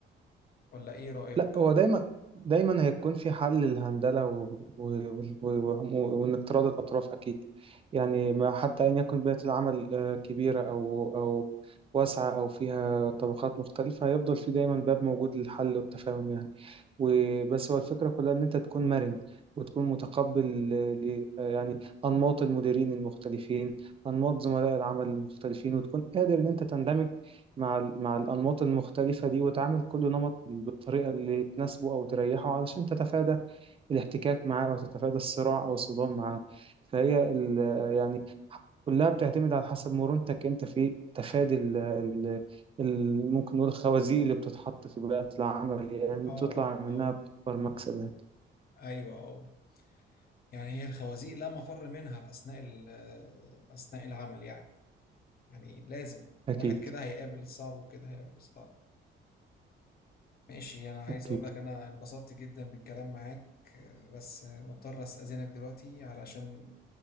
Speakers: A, on the left; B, on the right.
A: ولا ايه رأيك
B: لا هو دايما دايما هيكون في حل للهندلة و... و... و... و... وإنك تراضي الأطراف أكيد يعني ما حتى أن يكون بيئة العمل آه، كبيرة أو أو واسعة أو فيها طبقات مختلفة هيفضل في دايما باب موجود للحل والتفاهم يعني وبس هو الفكرة كلها إن أنت تكون مرن وتكون متقبل آه، ل... آه، يعني أنماط المديرين المختلفين أنماط زملاء العمل المختلفين وتكون قادر إن أنت تندمج مع ال- مع الأنماط المختلفة دي وتعامل كل نمط بالطريقة اللي تناسبه أو تريحه علشان تتفادى الاحتكاك معاه أو تتفادى الصراع أو الصدام معاه فهي ال- يعني كلها بتعتمد على حسب مرونتك أنت في تفادي ال ال ال ممكن نقول الخوازيق اللي بتتحط في بيئة العمل يعني
A: اه
B: بتطلع
A: اه
B: منها بأكبر مكسب يعني
A: ايوه اه يعني هي الخوازيق لا مفر منها أثناء ال- أثناء العمل يعني يعني لازم
B: أكيد
A: الواحد كده هيقابل الصعب وكده هيقابل الصعب ماشي انا عايز
B: أكيد
A: اقول لك انا انبسطت جدا بالكلام معاك آه، بس آه، مضطر استأذنك دلوقتي علشان